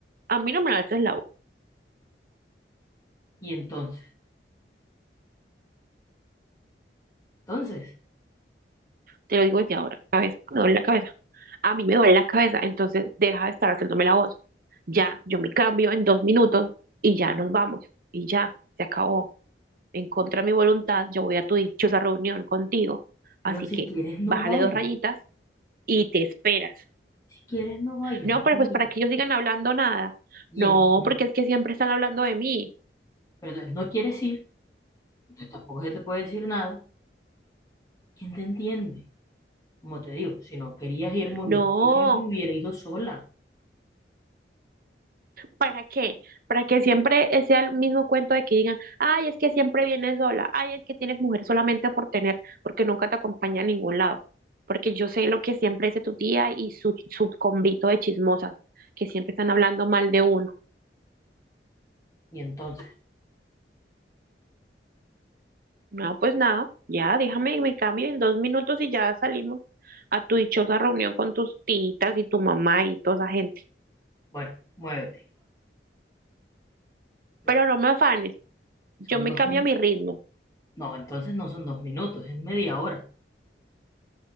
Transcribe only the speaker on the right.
a mí no me alzas la voz,
te lo digo desde ahora, cabeza, me duele la cabeza. a mí me duele la cabeza, entonces deja de estar haciéndome la voz. Ya, yo me cambio en dos minutos y ya nos vamos. Y ya, se acabó. En contra de mi voluntad, yo voy a tu dichosa reunión contigo.
Así
que
bájale
dos rayitas y te esperas.
No, pero
pues
para que ellos sigan hablando nada.
No,
porque es que siempre están hablando de mí.
No,
¿Para qué? Para que siempre sea el mismo cuento de que digan, ay, es que siempre vienes sola, ay, es que tienes mujer solamente por tener, porque nunca te acompaña a ningún lado. Porque yo sé lo que siempre dice tu tía y su, su convito de chismosas, que siempre están hablando mal de uno.
No, pues nada, ya déjame me cambio en dos minutos y ya salimos a tu dichosa reunión con tus titas y tu mamá y toda esa gente.
Pero no me afanes, yo
me
cambio
a mi ritmo.